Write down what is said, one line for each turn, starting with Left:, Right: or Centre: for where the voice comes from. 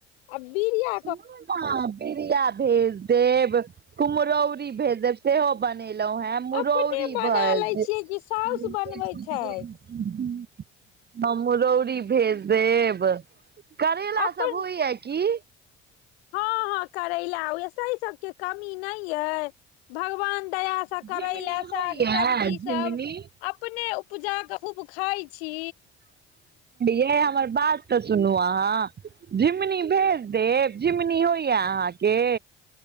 Left: आ बिरिया
Right: सुनु न बिरिया भेज देब कुम्हरौरी भेज देब सेहो बनेलहुं हैँ मुरौरी
Left: अपने बना
Right: भए
Left: लै छियै कि साउस
Right: <unintelligible>
Left: बनबै छथि
Right: ह मुरौरी भेज देब करैेला
Left: अपन
Right: सब होइया की
Left: हं हं करैला होइया से सब के कमी नहि अइ भगवान दया स स
Right: झिमनी
Left: करैला साग
Right: होइया
Left: सब्जी
Right: झिमनी
Left: सब अपने उपजा क खूब खाय छी
Right: यै हमर बात तऽ सुनू अहाँ झिमुनी भेज डेब झिमुनी होइया अहाँके